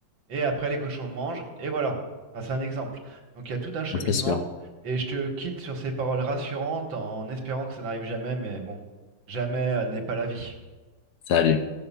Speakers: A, on the right (about 75°); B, on the left (about 65°).
A: et après, les cochons le mangent, et voilà. Enfin, c'est un exemple. Donc, il y a tout un cheminement,
B: C'est sûr.
A: et je te quitte sur ces paroles rassurantes en espérant que ça n'arrive jamais, mais bon, jamais, euh, n'est pas la vie.
B: Salut.